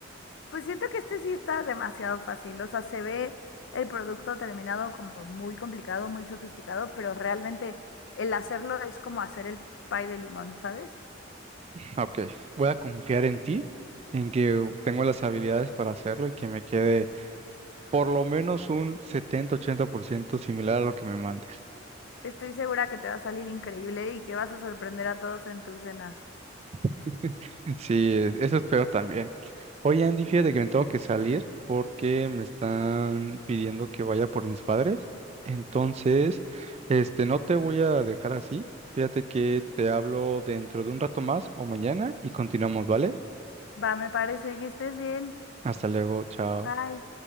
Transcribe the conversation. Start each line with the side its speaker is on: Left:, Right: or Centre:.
Left: Pues siento que este sí está demasiado fácil, o sea, se ve el producto terminado como muy complicado, muy sofisticado, pero realmente el hacerlo es como hacer el pie de limón, ¿sabes?
Right: Ok, voy a confiar en ti, en que tengo las habilidades para hacerlo y que me quede por lo menos un setenta ochenta por ciento similar a lo que me mandes.
Left: Estoy segura que te va a salir increíble y que vas a sorprender a todos en tu cena.
Right: <laughs> Sí, e, eso espero también. Oye, Andy, fíjate que me tengo que salir porque me están pidiendo que vaya por mis padres. Entonces, este, no te voy a dejar así. Fíjate que te hablo dentro de un rato más o mañana y continuamos, ¿vale?
Left: Va, me parece que estés bien.
Right: Hasta luego, chao.
Left: Bye.